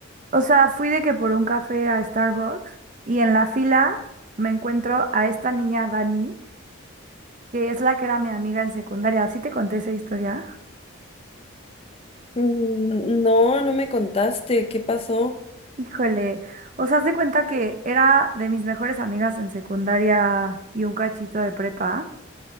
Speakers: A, on the right; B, on the left.
A: O sea, fui de que por un café a Starbucks y en la fila me encuentro a esta niña Dani, que es la que era mi amiga en secundaria. ¿Sí te conté esa historia?
B: Mm, No, no me contaste. ¿Qué pasó?
A: Híjole, o sea, haz de cuenta que era de mis mejores amigas en secundaria y un cachito de prepa.